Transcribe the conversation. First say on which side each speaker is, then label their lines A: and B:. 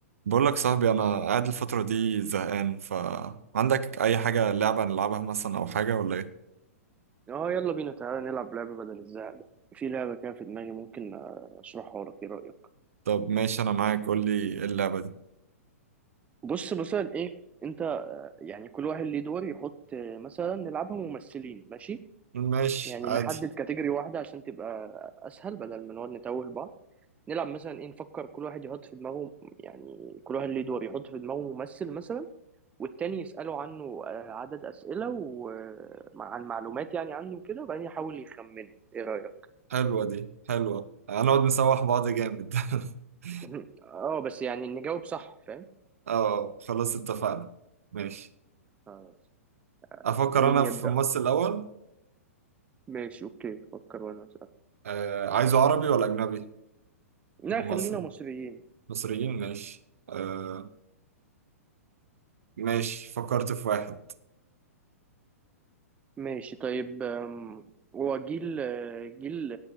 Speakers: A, on the right (about 65°); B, on the right (about 15°).
A: بقول لك صاحبي انا قاعد الفتره دي زهقان فعندك اي حاجه لعبه نلعبها مثلا او حاجه ولا ايه
B: اه يلا بينا تعالى نلعب لعبة بدل الزهق ده في لعبة كده في دماغي ممكن اشرحها لك ايه رأيك
A: طب ماشي انا معاك قول لي ايه اللعبه دي
B: بص مثلا ايه انت يعني كل واحد ليه دور يحط آه، مثلا نلعبها ممثلين ماشي
A: ماشي
B: يعني
A: عادي
B: نحدد كاتيجوري واحدة عشان تبقى اسهل بدل ما نقعد نتوه بعض نلعب مثلا ايه نفكر كل واحد يحط في دماغه يعني كل واحد ليه دور يحط في دماغه ممثل مثلا والتاني يسأله عنه آه، عدد أسئلة وعن معلومات يعني عنه كده وبعدين يحاول يخمنه ايه رأيك
A: حلوه دي حلوه هنقعد نسوح بعض جامد <laughs>
B: <laughs> اه بس يعني نجاوب صح فاهم
A: اه خلاص اتفقنا ماشي
B: خلاص
A: افكر
B: مين
A: انا
B: يبدأ
A: في ممثل الاول
B: ماشي اوكي فكر وانا اسأل
A: آه عايزه عربي ولا اجنبي
B: لا
A: ممثل
B: خلينا مصريين
A: مصريين ماشي آه ماشي فكرت في واحد
B: ماشي طيب أم، هو جيل جيل